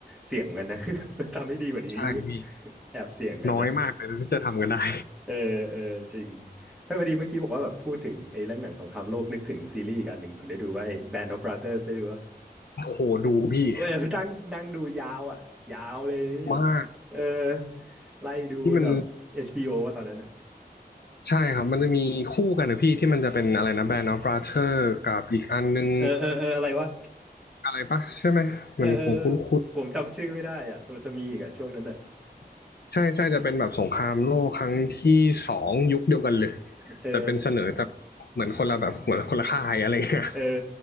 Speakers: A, in the centre; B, on the left.
A: เสี่ยงกันนะ <laughs> ทำไม่ดีกว่านี้นี่
B: ใช่พี่
A: แอบเสี่ยงกันนะ
B: น้อยมากเลยที่จะทำกันได้
A: เออเออจริงไม่พอดีเมื่อกี้บอกว่าแบบพูดถึงไอ้เรื่องหนังสงครามโลกนึกถึงซีรีส์อีกอันหนึ่งคุณได้ดูว่าไอ้ Band of Brothers ได้ดูว่า
B: โอ้โหดูพี่
A: เออ <laughs> นั่งนั่งดูยาวอ่ะยาวเลยนี่แบบเออ
B: มาก
A: ไล่ดูบนแบบ
B: ที่มัน
A: HBO ว่าตอนนั้นอ่ะ
B: ใช่ครับมันจะมีคู่กันนะพี่ที่มันจะเป็นอะไรนะแบนด์ออฟบราเธอร์กับอีกอันนึง
A: เออเออเอออะไรวะ
B: อะไรปะใช่ไหมเหมือนผมคุ้น
A: เออเออผมผมจำชื่อไม่ได้อ่ะแต่มันจะมีอีกอ่ะช่วงนั้นอ่ะ
B: ๆใช่ใช่จะเป็นแบบสงครามโลกครั้งที่สองยุคเดียวกันเลย
A: เออ
B: แต่เป็นเสนอจากเหมือนคนละแบบเหมือนคนละค่ายอะไรเงี้ย
A: เออ